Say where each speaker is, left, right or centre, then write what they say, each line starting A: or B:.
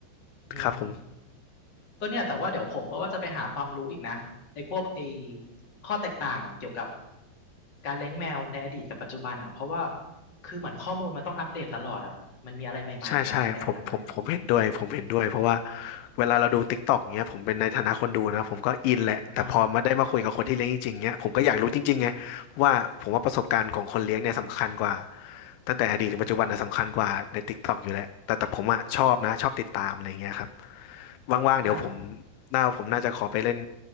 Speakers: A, on the left; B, on the left.
A: อืม
B: ครับผม
A: ก็เนี่ยแต่ว่าเดี๋ยวผมก็ว่าจะไปหาความรู้อีกนะไอ้พวกไอ้ข้อแตกต่างอะเกี่ยวกับการเลี้ยงแมวในอดีตกับปัจจุบันอ่ะเพราะว่าคือเหมือนข้อมูลมันต้องอัปเดตตลอดอ่ะมันมีอะไรใหม่ๆมาในอาหารแมว
B: ใช่ใช่ผมผมผมเห็นด้วยผมเห็นด้วยเพราะว่าเวลาเราดูติ๊กต็อกเงี้ยผมเป็นในฐานะคนดูนะผมก็อินแหละแต่พอมาได้มาคุยกับคนที่เลี้ยงจริงๆเงี้ยผมก็อยากรู้จริงๆไง
A: อ่ะฮะ
B: ว่าผมว่าประสบการณ์ของคนเลี้ยงเนี่ยสำคัญกว่าตั้งแต่อดีตถึงปัจจุบันนะสำคัญกว่าในติ๊กต็อกอยู่แหละแต่แต่ผมอะชอบนะชอบติดตามอะไรเงี้ยครับว่างๆเดี๋ยวผม
A: ได้
B: หน้าผมน่าจะขอไปเล่น